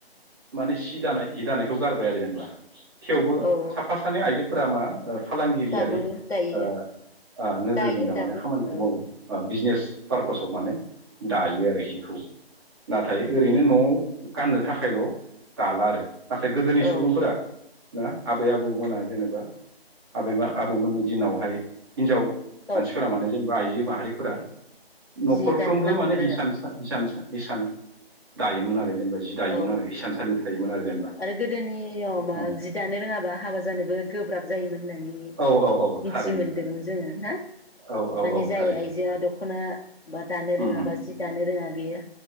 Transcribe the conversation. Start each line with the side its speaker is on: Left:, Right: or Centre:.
Right: माने सि दानाय हि दानायखौ गारबाय आरो जेनेबा। थेवबो
Left: औ
Right: साफा सानै आइजो फोरामा ओ फालांगिरियारि
Left: दाबो दायो
Right: ओ आ नोजोरजों
Left: दायो
Right: थारमाने
Left: दाबो
Right: खामानिखौ
Left: औ
Right: मावो ओ बिजनेस। <unintelligible> माने दायो आरोखि। खौ नाथाय ओरैनो न'आव गाननो थाखायल' दाला आरो। नाथाय गोदोनि
Left: औ
Right: सुबुंफोरा ना आबै आबौमोना जेनेबा आबै मा आबौमोननि दि दिनावहाय हिनजाव मानसिफोरा
Left: गाव
Right: माने जेनेबा आइजो माहारिफोरा न'खरफ्रोमबो
Left: जि दाथारनांगौमोन
Right: माने हिसानसा
Left: आरो
Right: हिसानसा हिसान दायोमोन आरो जेनेबा जि दायोमोन
Left: औ
Right: आरो हिसानसालि थायोमोन आरो जेनेबा
Left: आरो गोदोनियाव मा
Right: औ
Left: जि दानो रोङाबा हाबा जानोबो गोब्राब जायोमोन नो। <unintelligible>
Right: औ औ औ
Left: मिथि
Right: थारैनो
Left: मोनदोंमोन
Right: थारैनो
Left: जोङो ना
Right: औ औ
Left: माने
Right: औ
Left: जाय
Right: थारैनो
Left: आइजोआ दख'ना बा दानो रोङा
Right: उम उम
Left: बा जि दानो रोङा गैया।